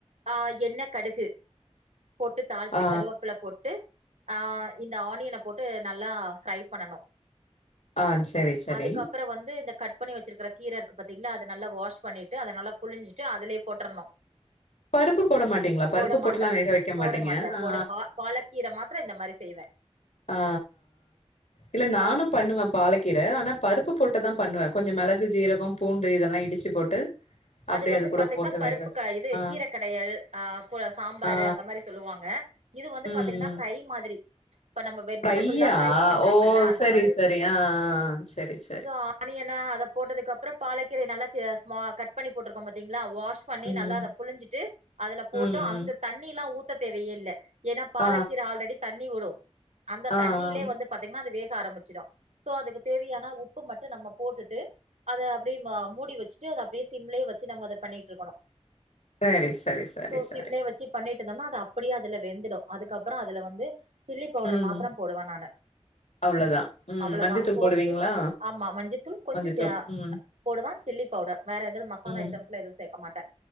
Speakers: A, on the right; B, on the left.
A: ஆ எண்ண கடுகு போட்டு தாள்ச்ட்டு
B: ஆ,
A: கருவேப்பில போட்டு ஆ இந்த ஆனியன நல்லா ஃப்ரை பண்ணணு
B: ஆ. சரி, சரி.
A: அதுக்கப்புறோ வந்து இந்த கட் பண்ணி வச்சிருக்குற கீர இருக்கு பார்த்தீங்ளா அத நல்லா வாஷ் பண்ணிவிட்டு அத நல்லா புழஞ்சிட்டு அதுலே போட்றணு
B: பருப்பு போட மாட்டீங்ளா பருப்பு
A: போட
B: போட்டுலா
A: மாட்டே
B: வேக வைக்க
A: போட
B: மாட்டீங்க
A: மாட்டே
B: ஆ
A: போட பா பாலக்கீர மாத்திர இந்த மாரி செய்வே
B: ஆ இல்ல நானு
A: அது
B: பண்ணுவ பாலக்கீர ஆனா பருப்பு போட்டுதா பண்ணுவ கொஞ்சோ மெளகு ஜீரகோ பூண்டு இதெல்லா இடிச்சு போட்டு அப்படியே
A: அது வந்து
B: கூட
A: பாத்தீங்னா
B: போட்டு
A: பருப்புக்கா
B: வேக வச்சுருவேன்.
A: இது
B: ஆ,
A: கீரக்கடையல் ஆ க்வ சாம்பாாரு
B: ஆ.
A: அந்த மாரி சொல்லுவாங்க இது வந்து
B: ம்,
A: பாத்தீங்னா
B: ம்.
A: ஃப்ரை மாதிரி இப்ப நம்ம வெஜிடபிள்லா
B: ஃப்ரையா?
A: ஃப்ரை பண்றோமுல்ல
B: ஓ!
A: அந்த
B: சரி,
A: மாதிரி
B: சரி. ஆ, ஆ. சரி, சரி.
A: சோ ஆனியனா அத போட்டதுக்கு அப்றோ பாலக்கீரைய நல்ல சே ஸ்மா கட் பண்ணி போட்ருக்கோ பாத்தீங்ளா வாஷ் பண்ணி
B: ம்,
A: நல்லா அத புழிஞ்சிட்டு அதுல
B: ம்,
A: போட்டு
B: ம்.
A: அந்த தண்ணிலா ஊத்த தேவையே இல்ல ஏனா
B: ஆ,
A: பாலக்கீர ஆல்ரெடி தண்ணி ஊடு அந்த
B: ஆ. ஆ,
A: தண்ணிலே
B: ஆ.
A: வந்து பாத்தீங்னா அது வேக ஆரமிச்சிடு சோ அதுக்கு தேவையான உப்பு மட்டு நம்ம போட்டுட்டு அத அப்டியே மா மூடி வச்சுட்டு அத அப்டியே சிம்லே வச்சு நம்ம அத பண்ணிட்ருக்கணு
B: சரி, சரி, சரி,
A: சோ
B: சரி.
A: சிம்லே வச்சு பண்ணிட்டிருந்தோம்னா அது அப்புடியே அதுல வெந்துடு அதுக்கப்புறோ அதுல வந்து சில்லி பவ்ட்ர
B: ம்.
A: மாத்துரோ போடுவ நானு
B: அவ்வளதான். ம்.
A: அவுளதா
B: மஞ்சத்தூள்
A: போட்டு
B: போடுவீங்களா?
A: ஆமா மஞ்சத்தூள் கொஞ்சோ
B: மஞ்சத்தூள்.
A: சா
B: ம்.
A: போடுவ சில்லி பவுடர் வேற இதுல் மசாலா
B: ம். ம்.
A: ஐட்டம்ஸ்லா எது சேக்க மாட்ட